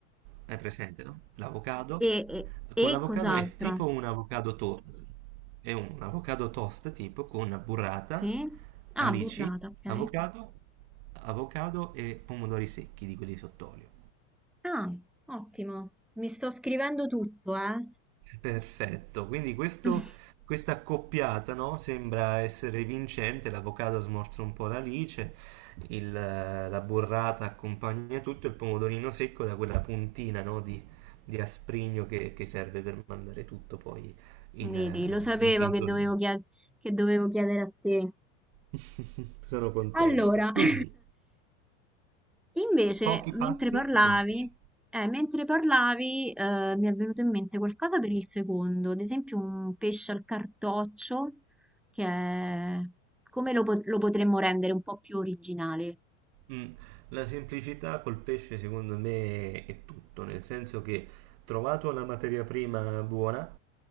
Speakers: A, on the right; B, in the centre.
A: hai presente, no? L'avocado.
B: e, e
A: Con
B: e
A: l'avocado
B: cos'altro?
A: è tipo un avocado to- è un avocado toast tipo con burrata,
B: Sì? Ah,
A: alici,
B: burrata, ok.
A: avocado, avocado e pomodori secchi di quelli sott'olio.
B: Ah, ottimo. Mi sto scrivendo tutto, eh.
A: Perfetto, quindi questo-
B: <laughs>
A: questa accoppiata, no, Sembra essere vincente, l'avocado smorza un po' l'alice, il, eh, la burrata accompagna tutto, il pomodorino secco da quella puntina, no, di, di asprigno che, che serve per mandare tutto poi in,
B: Vedi,
A: eh,
B: lo sapevo
A: in sintonia.
B: che dovevo, chied- che dovevo chiedere a te.
A: <laughs> Sono contento.
B: Allora,
A: Quindi,
B: <laughs> invece,
A: pochi
B: mentre
A: passi
B: parlavi,
A: semplici.
B: eh, mentre parlavi, eh, mi è venuto in mente qualcosa per il secondo, ad esempio un pesce al cartoccio, che è... come lo, pot- lo potremmo rendere un po' più originale?
A: Mm. La semplicità col pesce secondo me è tutto, nel senso che trovato la materia prima buona,